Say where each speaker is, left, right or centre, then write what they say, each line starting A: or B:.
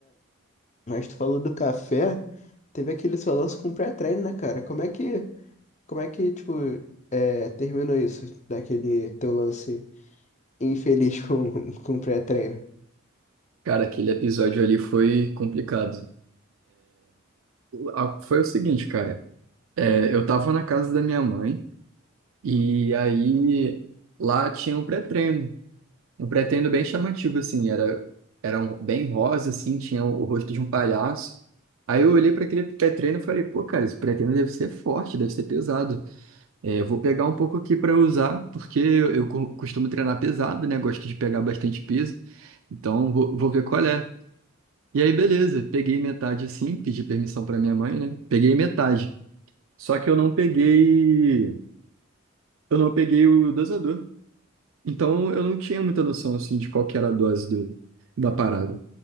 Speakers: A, on the left (about 35°); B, on the right (about 70°).
A: Mas tu falou do café, teve aquele seu lance com pré-treino, né, cara? Como é que, como é que, tipo, é, terminou isso, daquele teu lance? infeliz com, <laughs> com pré-treino.
B: Cara, aquele episódio ali foi complicado. Ah, Foi o seguinte, cara. É, eu tava na casa da minha mãe e aí lá tinha um pré-treino. Um pré-treino bem chamativo, assim. Era, era um, bem rosa, assim. Tinha o rosto de um palhaço. Aí eu olhei para aquele pré-treino e falei, pô, cara, esse pré-treino deve ser forte, deve ser pesado. É, eu vou pegar um pouco aqui para usar, porque eu, eu co- costumo treinar pesado, né? Gosto de pegar bastante peso. Então vou, vou ver qual é. E aí, beleza. Peguei metade assim, pedi permissão para minha mãe, né? Peguei metade. Só que eu não peguei, eu não peguei o dosador. Então eu não tinha muita noção assim de qual que era a dose do, da parada.